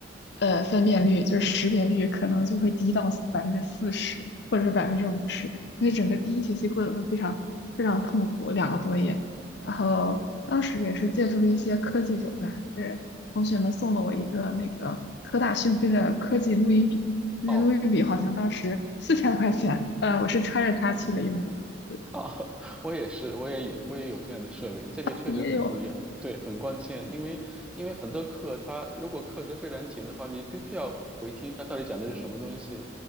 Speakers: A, on the left; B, in the centre.
A: 呃分辨率就是识别率可能就会低到百分之四十或者是百分之五十，那整个第一学期过得都非常非常痛苦，两个多月。然后当时也是借助了一些科技手段，呃，同学们送了我一个那个科大讯飞的科技录音笔，那录音笔好像当时
B: 哦，
A: <laughs> 四千块钱，呃，我是揣着它去的英国。对，
B: 哦，<laughs> 我也是，我也有，我也有这样的设备，这个确实很重要，
A: 你也有，
B: 对，很关键，因为因为很多课它如果课时非常紧的话，你必须要回听它到底讲的是什么东西，